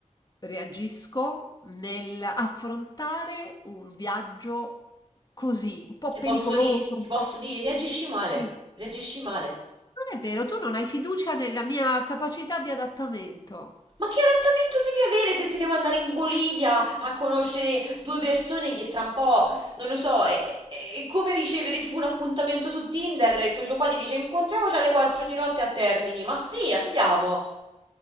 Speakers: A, on the left; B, on the right.
A: reagisco nell'affrontare un viaggio così, un po'
B: ti
A: pericoloso,
B: posso dire?
A: un
B: Ti posso
A: po'...
B: dire? Reagisci male,
A: Sì,
B: reagisci male.
A: non è vero, tu non hai fiducia nella mia capacità di adattamento.
B: Ma che adattamento devi avere se ti devo andare in Bolivia a conoscere due persone che tra un po', non lo so, è, è- è come ricevere tipo un appuntamento su Tinder e questo qua ti dice incontriamoci alle 4 di notte a Termini. Ma sì, andiamo.